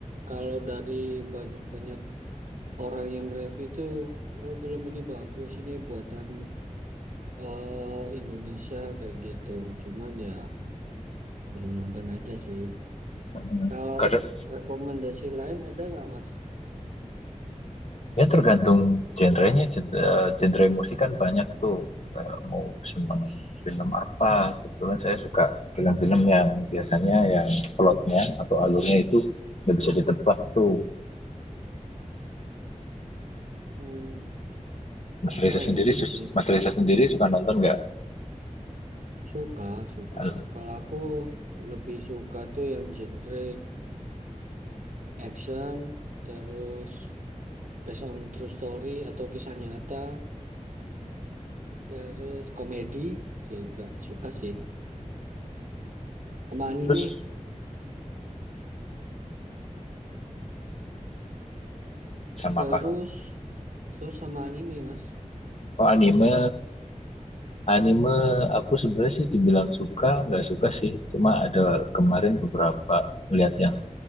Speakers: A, on the right; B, on the left.
A: Kalau dari banyak-banyak orang yang review itu, oh film ini bagus, ini buatan eh, Indonesia kayak gitu. Cuman ya belum nonton aja sih.
B: Mm-mm.
A: Kalau
B: Kadang
A: rekomendasi lain ada nggak Mas?
B: Ya tergantung genrenya, gen- eh, genre musik kan banyak tuh. Eh, Mau seneng film apa? Kebetulan saya suka film-film yang biasanya yang plotnya atau alurnya itu nggak bisa ditebak tuh.
A: Hmm,
B: Mas
A: apa
B: Reza sendiri,
A: ya?
B: sus-
A: sih?
B: Mas Reza sendiri suka nonton nggak?
A: Suka, suka.
B: Al-
A: Kalau aku lebih suka tuh yang genre action, terus based on true story atau kisah nyata. Terus komedi dia juga suka sih. Sama anime.
B: Terus sama
A: Terus
B: apa?
A: terus sama anime mas.
B: Oh anime, anime
A: Mm-mm.
B: aku sebenarnya sih dibilang suka nggak suka sih. Cuma ada kemarin beberapa melihat yang